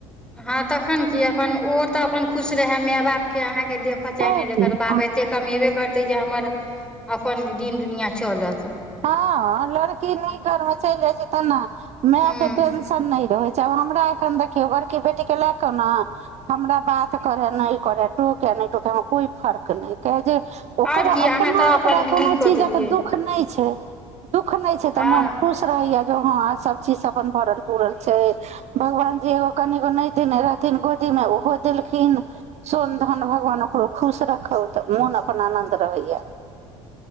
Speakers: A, in the centre; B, on the right (about 40°).
A: हँ तऽ तखन की अपन उहो त अपन खुश रहै मेय बाप केऽ आहाँ देखत चाहे
B: तऽ
A: नहि देखत
B: की
A: बाप एते कमेबे करते जे हमर अपन दिन दुनिया चलत
B: हँ लड़की
A: हूँ
B: निक घरमे चलि जाइ छै तना मैय
A: हूँ
B: के टेंशन नइ रहै जब हमरा एखन देखियो बड़की बेटी के लए के न हमरा बात करे नहि करे टोके नइ टोके हमरा कोई फर्क नइ जे ओकर
A: आओर की
B: अपना
A: अहाँ तऽ अपन
B: ओकरा कोनो
A: नीक कऽ
B: चीजक
A: देलियै
B: दुःख नइ छओ दुःख नैय छै
A: हँ
B: तऽ मोन खुश रहै यह जो हँं सभचीज अपन भरल पूरल छै भगवान जी एगो कनिगो नइ देने रहथिन गोदी मे ओहो देलखिन सोन धन भगवान ओकरो खुश रखौ तऽ मोन अपना आनन्द रहै य